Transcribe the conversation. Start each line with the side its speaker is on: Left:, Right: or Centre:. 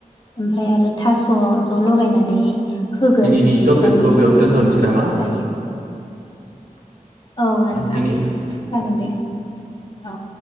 Left: ओमफ्राय आरो थास अ ज' लगायनानै होगोन
Right: दिनैनि टपिकखौ
Left: एसेबांनो इसोरो
Right: बेयावनो दोनथ'नोसै नामा
Left: जायो। औ नोंथां
Right: दिनै
Left: जागोन दे। औ